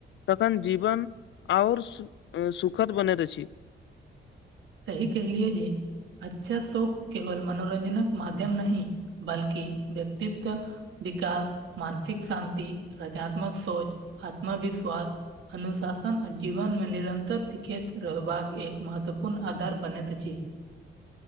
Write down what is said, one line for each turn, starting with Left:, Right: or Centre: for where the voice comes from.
Left: तखन जीवन आओर सु सुखद बनैत अछि
Right: सही कहलियए जी अच्छा शौक केवल मनोरञ्जनक माध्यम नहि बल्कि व्यक्तित्व विकास मानसिक शान्ति रचनात्मक सोच आत्मविश्वास अनुशासन आ जीवन मे निरंतर सिखैत रहबाक एक महत्व न आधार बनैत अछि